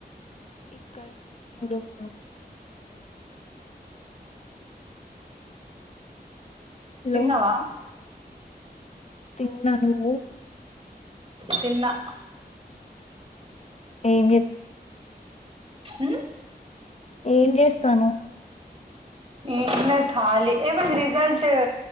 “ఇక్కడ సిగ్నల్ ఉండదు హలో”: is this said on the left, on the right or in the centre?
Left